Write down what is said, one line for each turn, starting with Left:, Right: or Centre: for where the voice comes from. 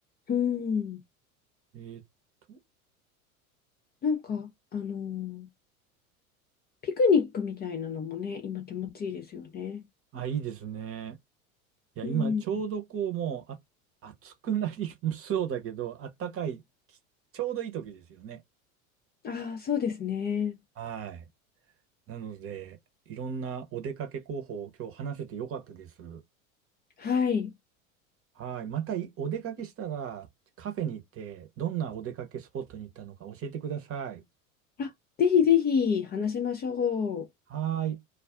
Left: うん。
Right: えーっと、
Left: なんか、あの、ピクニックみたいなのもね、今気持ちいいですよね。
Right: あ、いいですね。いや、
Left: うん。
Right: 今、ちょうどこう、もう、あ、暑くなり <laughs> そうだけど、あったかい、ちょうどいい時ですよね。
Left: ああ、そうですね。
Right: はい。なので、いろんなお出かけ候補を今日話せてよかったです。
Left: はい。
Right: はい。またいお出かけしたらカフェに行ってどんなお出かけスポットに行ったのか教えてください。
Left: あ、ぜひぜひ話しましょう。
Right: はい。